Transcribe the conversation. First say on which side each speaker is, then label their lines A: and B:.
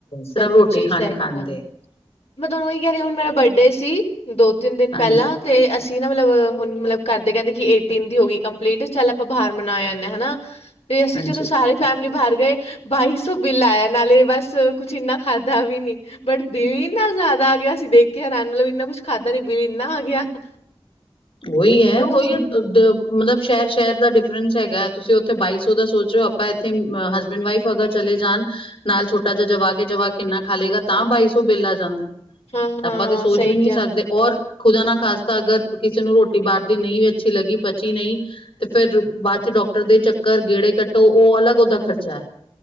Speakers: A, on the left; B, on the left.
A: ਸਿਰਫ
B: ਸੱਚੀ
A: ਰੋਟੀ ਖਾਣ
B: ਸਹੀ
A: ਖਾਣ
B: ਆ
A: ਦੇ।
B: ਮੈਂ ਤੁਹਾਨੂੰ ਇਹੀ ਕਹਿ ਰਹੀ ਹੁਣ ਮੇਰਾ ਬਰਡੇ ਸੀ ਦੋ ਤਿੰਨ ਦਿਨ ਪਹਿਲਾਂ
A: ਹਾਂਜੀ
B: ਤੇ ਅਸੀਂ। ਨਾ ਮਤਲਬ ਹੁਣ ਮਤਲਬ ਘਰਦੇ ਕਹਿੰਦੇ ਕਿ ਏਟੀਨ ਦੀ ਹੋ ਗਈ ਕੰਪਲੀਟ ਚੱਲ ਆਪਾਂ ਬਾਹਰ ਮਨਾ ਆਣੇ ਹਾਂ ਹੈਨਾ। ਤੇ ਅਸੀਂ
A: ਹਾਂਜੀ
B: ਚਲੋ ਸਾਰੀ ਫੈਮਿਲੀ ਬਾਹਰ ਗਏ ਬਾਈ ਸੋ ਬਿੱਲ ਆਇਆ ਨਾਲੇ ਬਸ। ਕੁਛ ਇੰਨਾ ਖਾਧਾ ਵੀ ਨੀ। ਬਟ ਬਿੱਲ ਇੰਨਾ ਜ਼ਿਆਦਾ ਆ ਗਿਆ ਅਸੀਂ ਦੇਖ ਕੇ ਹੈਰਾਨ ਮਤਲਬ ਇੰਨਾ ਕੁਛ ਖਾਧਾ ਨੀ ਬਿੱਲ ਇੰਨਾ ਆ ਗਿਆ। <inaudible>
A: ਉਹੀ
B: ਮਤਲਬ
A: ਹੈ ਉਹੀ
B: ਤੁਸੀਂ
A: ਹੈ ਮਤਲਬ ਸ਼ਹਿਰ ਸ਼ਹਿਰ ਦਾ ਡਿਫਰੈਂਸ ਹੈਗਾ ਏ ਤੁਸੀਂ ਉੱਥੇ ਬਾਈ ਸੌ ਦਾ ਸੋਚ ਰਹੇ ਓ ਆਪਾਂ ਇੱਥੇ ਹਸਬੈਂਡ ਵਾਈਫ। ਅਗਰ ਚਲੇ ਜਾਣ ਨਾਲ ਛੋਟਾ ਜਿਹਾ ਜਵਾਕ ਕੇ ਜਵਾਕ ਕਿੰਨਾ ਖਾ ਲੇਗਾ ਤਾਂ ਬਾਈ ਸੌ ਬਿੱਲ ਆ ਜਾਂਦਾ।
B: ਹਾਂ ਹਾਂ
A: ਆਪਾਂ ਤੇ ਸੋਚ
B: ਸਹੀ
A: ਵੀ ਨਹੀਂ
B: ਕਿਹਾ
A: ਸਕਦੇ ਔਰ ਖੁਦਾ ਨਾ ਖ਼ਾਸਤਾਂ ਅਗਰ। ਕਿਸੇ ਨੂੰ ਰੋਟੀ ਬਾਹਰ ਦੀ ਨਹੀਂ ਵੀ ਅੱਛੀ ਲੱਗੀ ਪਚੀ ਨਹੀਂ। ਤੇ ਫੇਰ ਬਾਅਦ ਚ ਡਾਕਟਰ ਦੇ ਚੱਕਰ ਗੇੜੇ ਕੱਟੋ ਉਹ ਅਲੱਗ ਉਹਦਾ ਖਰਚਾ ਹੈ।